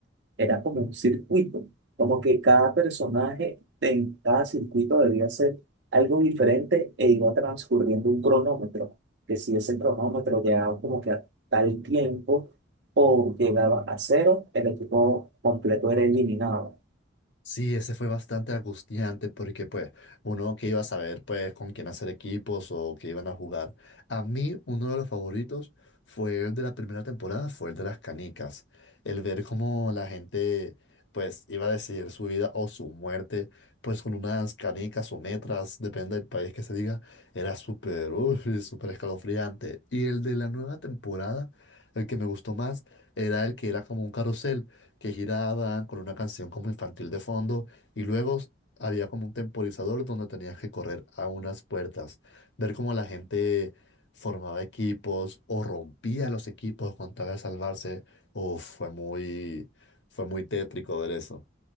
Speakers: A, on the right; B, on the left.
A: era como un circuito, como que cada personaje en cada circuito debía hacer algo diferente e iba transcurriendo un cronómetro, que si ese cronómetro llegaba como que a tal tiempo o llegaba a cero, el equipo completo era eliminado.
B: Sí, ese fue bastante angustiante porque pues uno que iba a saber pues con quién hacer equipos o que iban a jugar. A mí uno de los favoritos fue el de la primera temporada, fue el de las canicas. El ver cómo la gente pues iba a decidir su vida o su muerte pues con unas canicas o metras, depende del país que se diga, era súper, uy, <laughs> súper escalofriante. Y el de la nueva temporada, el que me gustó más era el que era como un carrusel que giraban con una canción como infantil de fondo y luego s- había como un temporizador donde tenías que correr a unas puertas, ver cómo la gente formaba equipos o rompía los equipos con tal de salvarse. Uf, fue muy, fue muy tétrico ver eso.